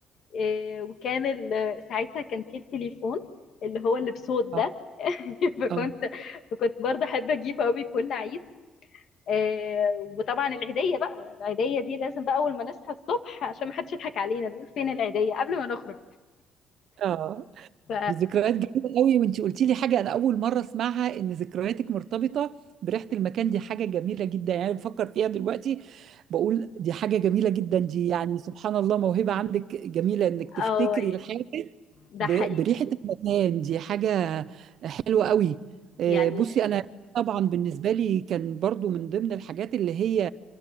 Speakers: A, on the left (about 55°); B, on the right (about 60°).
A: إيه، وكان ال- ساعتها كان في التليفون اللي هو اللي بصوت ده
B: اه
A: <laughs> فكنت
B: اه
A: فكنت برضه احب اجيبه قوي كل عيد إيه، وطبعا العيديه بقى العيديه دي لازم بقى اول ما نصحى الصبح عشان ما حدش يضحك علينا نقول فين العيديه قبل ما نخرج
B: اه
A: ف
B: دي ذكريات جميلة قوي وانتي قلتي لي حاجة انا اول مرة اسمعها ان ذكرياتك مرتبطة بريحة المكان دي حاجة جميلة جدا يعني أنا بفكر فيها دلوقتي بقول دي حاجة جميلة جدا دي يعني سبحان الله موهبة عندك جميلة انك تفتكري
A: اه
B: الحاجة
A: ده
B: ب-
A: حقيقي
B: بريحة المكان دي حاجة حلوة قوي آه،
A: يعني
B: بصي أنا طبعا بالنسبة لي كان برضو من ضمن الحاجات اللي هي